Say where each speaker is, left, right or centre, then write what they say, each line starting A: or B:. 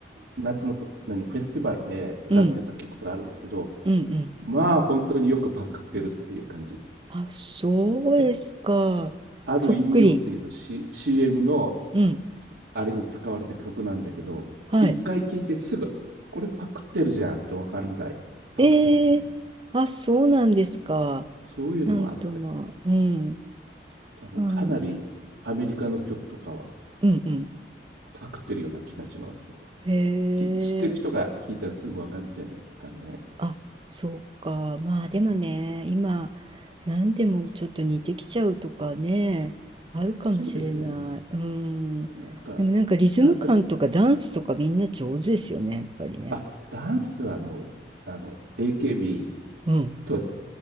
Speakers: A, on the right (about 80°); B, on the right (about 30°).
A: 夏のフ何、フェスティバルで歌ってた曲があるんだけど、
B: うんうんうん。
A: まあ本当によくパクってるっていう感じ。
B: あ、そうですか。
A: ペある飲料水の、
B: そっくり。
A: C、CM の
B: うん。
A: あれに使われた曲なんだけど、
B: はい。
A: 一回聴いてすぐ、これパクってるじゃんってわかるぐらいパクってますね。
B: ええ。あ、そうなんですか。
A: そういうのもあって、
B: なんとまあ、うん。
A: 多分かなりアメリカの曲とかは
B: まあ、うんうん。
A: パクってるような気がしますけど、
B: へえ。
A: き知ってる人が聴いたらすぐわかるんじゃないですかね。
B: あ、そうか。まあでもね、今、何でもちょっと似てきちゃうとかね、あるかもしれない。
A: そうですよね。
B: うん。
A: なんか、
B: でもなんかリズム感とかダンスとかみんな上手ですよね、
A: だ、だ、
B: やっぱりね。
A: あ、ダンスはもう、あの、AKB
B: うん。
A: とは